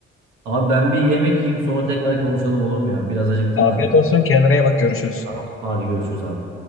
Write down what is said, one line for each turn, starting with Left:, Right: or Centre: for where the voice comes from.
Right: Abi ben bir yemek yiyeyim sonra tekrar konuşalım olur mu ya? Biraz acıktım
Left: Afiyet
Right: da.
Left: olsun. Kendine iyi bak. Görüşürüz.
Right: Tamam. Hadi görüşürüz abi.